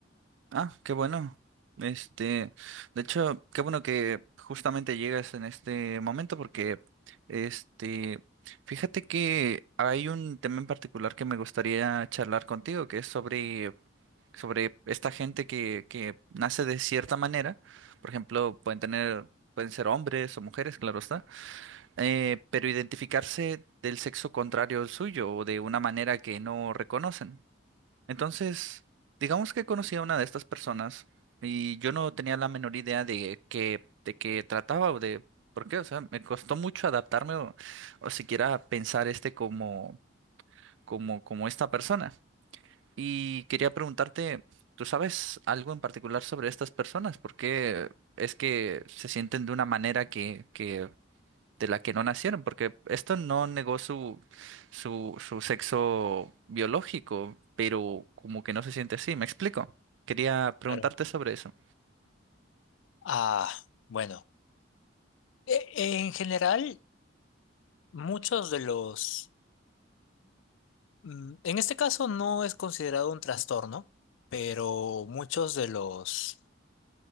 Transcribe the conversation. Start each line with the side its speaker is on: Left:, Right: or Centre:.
Right: Ah, qué bueno. Este, de hecho, qué bueno que justamente llegas en este momento porque, este, fíjate que hay un tema en particular que me gustaría charlar contigo, que es sobre, sobre esta gente que, que nace de cierta manera. Por ejemplo, pueden tener, pueden ser hombres o mujeres, claro está, eh, pero identificarse del sexo contrario al suyo o de una manera que no reconocen. Entonces, digamos que conocí a una de estas personas y yo no tenía la menor idea de qué de qué trataba o de por qué, o sea, me costó mucho adaptarme o, o siquiera pensar este como como como esta persona. Y quería preguntarte, ¿tú sabes algo en particular sobre estas personas? ¿Por qué es que se sienten de una manera que que de la que no nacieron, porque esto no negó su, su, su sexo biológico, pero como que no se siente así, ¿me explico? Quería preguntarte
Left: Claro.
Right: sobre eso.
Left: Ah, bueno. E- En general, muchos de los... mm, En este caso no es considerado un trastorno, pero muchos de los...